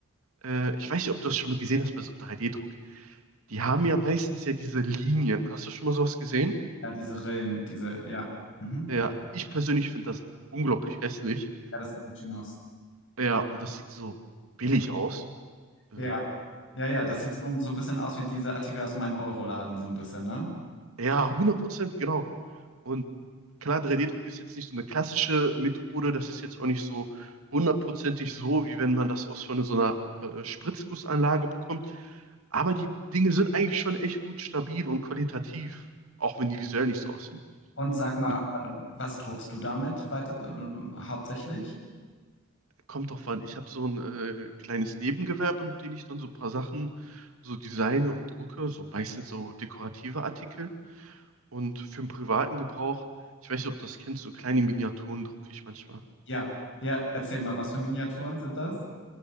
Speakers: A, on the right (about 85°); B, on the left (about 60°).
A: äh, ich weiß nicht, ob du das schon mal gesehen hast bei so einem 3D-Druck. Die haben ja meistens ja diese Linien. Hast du schon mal sowas gesehen?
B: Ja, diese Rillen, diese, ja. Mhm.
A: Ja, ich persönlich finde das unglaublich hässlich.
B: Ja, das sieht nicht schön aus.
A: Ja, und das sieht so billig aus. Ähm,
B: Ja. Ja, ja, das
A: ob,
B: sieht so, so ein bisschen aus wie diese Artikel aus meinem Euroladen, so ein bisschen, ne?
A: ja, hundert Prozent, genau. Und klar, 3D-Druck ist jetzt nicht so eine klassische Methode. Das ist jetzt auch nicht so hundertprozentig so, wie wenn man das aus von so einer äh, Spritzgussanlage bekommt. Aber die Dinge sind eigentlich schon echt gut stabil und qualitativ, auch wenn die visuell nicht so aussehen.
B: Und sag mal,
A: Mit
B: warte, was druckst du damit weit, ähm, hauptsächlich?
A: Kommt drauf an. Ich habe so ein äh, kleines Nebengewerbe, mit dem ich dann so ein paar Sachen so designe und drucke, so meistens so dekorative Artikel. Und für den privaten Gebrauch, ich weiß nicht, ob du das kennst, so kleine Miniaturen drucke ich manchmal.
B: Ja, ja, erzähl mal, was für Miniaturen sind das?